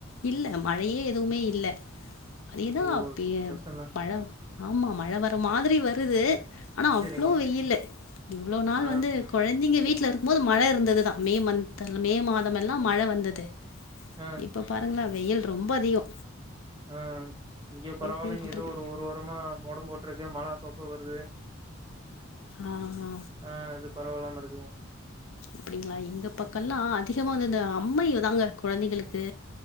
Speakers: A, on the left; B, on the right.
A: இல்ல மழையே எதுவுமே இல்ல அதேதா
B: ஓ!
A: அப்பியே
B: கஷ்டம்தான்.
A: மழ ஆமா மழ வர மாதிரி வ <unintelligible> ஆனா
B: சரிங்க.
A: அவ்வளோ வெயிலு இவ்வளவு நாள்
B: ஆ,
A: வந்து குழந்தைங்க வீட்டு <unintelligible> இருக்கும்போது மழை இருந்ததுதா மே மந்த்ல மே மாதம் எல்லா மழை வந்தது
B: ஆ
A: இப்ப பாருங்களா வெயில் ரொம்ப அதிக
B: ஆஹ் இங்க பரவாயில்லைங்க
A: போய்கிட்ருக்கு
B: ஏதோ ஒரு ஒரு வர் அப்புறமா மோடம் போட்டிருக்கு மழை அப்பப்ப வருது
A: ஆ ஆ
B: ஆஹ் அது பரவாயில்லாம இருக்குங்க
A: அப்படிங்களா எங்க பக்கல்லா அதிகமா வந்து அம்மைதாங்க குழந்தைகளுக்கு